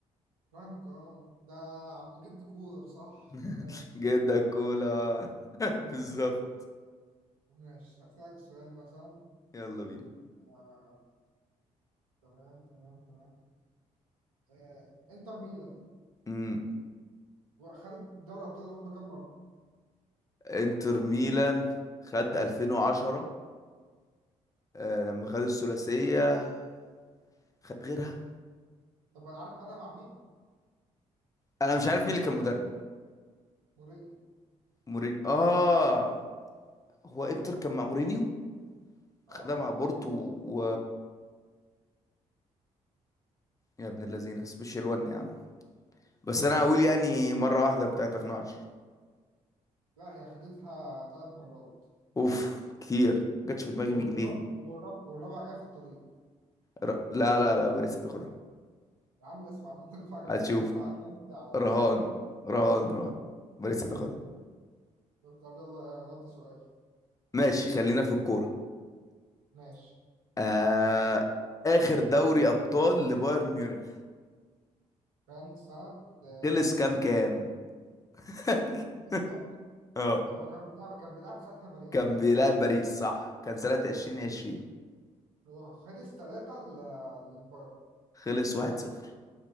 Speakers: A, on the right; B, on the left.
A: فرانك اه ده عم جد كولر صح
B: <laughs>
A: ماشي
B: جدك كولا <laughs> بالظبط
A: ماشي هسألك سؤال مثلا
B: يلا بينا
A: آه. تمام تمام تمام آه. انتر ميلان
B: امم
A: خدت دوري ابطال اوروبا كام مره؟
B: انتر ميلان خد 2010 آه لما خد الثلاثية خد غيرها
A: طب عارف خدها مع مين؟
B: انا مش عارف مين اللي كان مدرب
A: مورينيو
B: مورينيو اه هو انتر كان مع مورينيو
A: اه
B: خدها مع بورتو و يا ابن اللذينه سبيشال 1 يا عم بس انا هقول يعني مرة واحدة بتاعت 2010
A: لا هي خدتها ثلاث مرات
B: اوف كتير ما جاتش في دماغي
A: والرب...
B: بجنيه
A: والرب... والرابعه جايه في الطريق
B: ر... لا لا لا باريس هتاخدها
A: يا عم اسمع انت <laughs> الرابعه جايه
B: هتشوف
A: في الطريق وتعالى كمل لعب بس
B: رهان
A: <laughs>
B: رهان رهان باريس هتاخدها
A: طب يلا ردي سؤال
B: ماشي خلينا في الكورة
A: ماشي
B: آه... آخر دوري أبطال لبايرن ميونخ
A: كان سنة آه،
B: خلص كام كام <laughs>
A: كام؟
B: اه
A: طب هو كان بيلعب كان بيلعب ساعتها باريس
B: كان
A: تقريبا
B: بيلعب باريس صح كان سنة 2020
A: هو خلص ثلاثة للبايرن
B: خلص 1-0